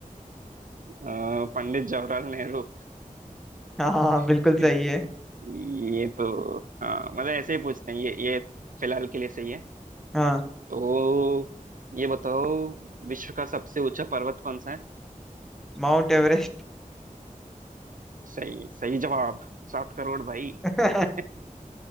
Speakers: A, on the right; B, in the centre.
A: अ, पंडित जवाहरलाल नेहरू
B: हाँ हाँ
A: <laughs>
B: बिल्कुल सही है
A: ये तो हाँ मतलब ऐसे ही पूछते हैं ये ये फिलहाल के लिए सही है
B: हाँ
A: तो ये बताओ विश्व का सबसे ऊंचा पर्वत कौन सा है
B: माउंट एवरेस्ट
A: सही सही जवाब सात करोड़ भाई
B: <laughs>
A: <laughs>